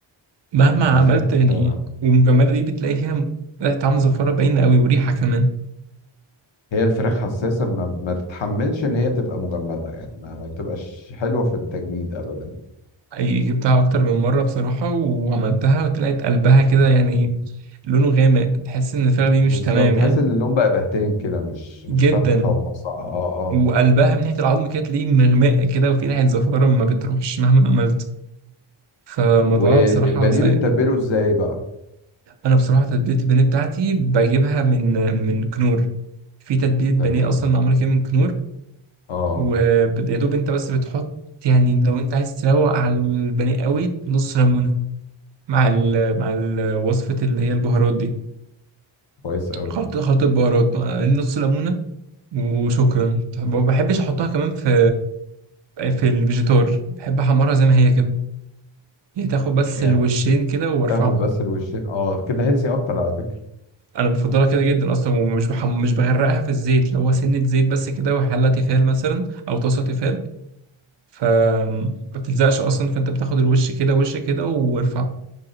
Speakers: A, on the right (about 60°); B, on the left (about 65°).
A: مهما
B: بالظبط
A: عملت يعني
B: فعلا
A: والمجمدة دي بتلاقي فيها م- لا طعم زفارة باينة قوي وريحة كمان
B: هي الفراخ حساسه ما, ما تتحملش ان هي تبقى مجمده يعني ما, ما تبقاش حلوه في التجميد ابدا
A: حقيقي جبتها أكتر من مرة بصراحة وعملتها طلعت قلبها كده يعني لونه غامق تحس ان الفراخ دي
B: بالظبط
A: مش تمام
B: تحس
A: يعني
B: ان اللون بقى بهتان كده مش مش
A: جدا
B: فاتحه وناصعه اه اه
A: وقلبها من ناحيه العظم كانت ليه مغماء كده وفي ناحيه زفاره ما بتروحش مهما عملت فالموضوع
B: والبانيه
A: بصراحه سيء
B: بتتبله ازاي بقى
A: انا بصراحه تتبيله البانيه بتاعتي بجيبها من من كنور في تتبيله بانيه
B: تمام
A: اصلا معموله كده من كنور
B: اه
A: ويا دوب انت بس بتحط يعني لو انت عايز تروق على البانيه قوي نص ليمونه مع ال مع ال- وصفه اللي هي البهارات دي
B: كويس قوي
A: خلطه خلطه البهارات آه، نص ليمونه وشكرا ما بحبش احطها كمان في في الفيجيتار بحب احمرها زي ما هي كده هي تاخد بس
B: يعني
A: الوشين كده وبرفعها
B: تاخد بس الوشين اه كده هيلسي اكتر على فكره
A: انا بفضلها كده جدا اصلا ومش بحم... مش بغرقها في الزيت لو هو سنة زيت بس كده وحلة تيفال مثلا او طاسة تيفال فما بتلزقش اصلا فانت بتاخد الوش كده وش كده وارفع